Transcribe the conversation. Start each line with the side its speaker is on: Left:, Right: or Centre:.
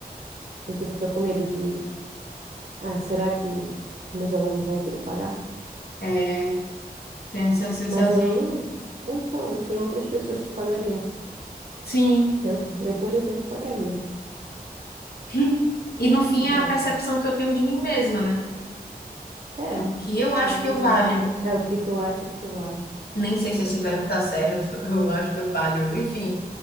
Right: E tu fica com medo de, ah, será que meus alunos vão querer pagar?
Left: É, tem essa sensação.
Right: Mas aí, então, mas tem outras pessoas que pagariam.
Left: Sim.
Right: Eu, eu, por exemplo, pagaria.
Left: <laughs> E no fim é
Right: É,
Left: a percepção que eu tenho de mim mesma, né?
Right: é,
Left: É o que eu acho
Right: tem realidade.
Left: que eu valho.
Right: É o que tu acha que tu vale.
Left: Nem sei se esse verbo tá certo, <laughs> eu acho que eu valho. Enfim.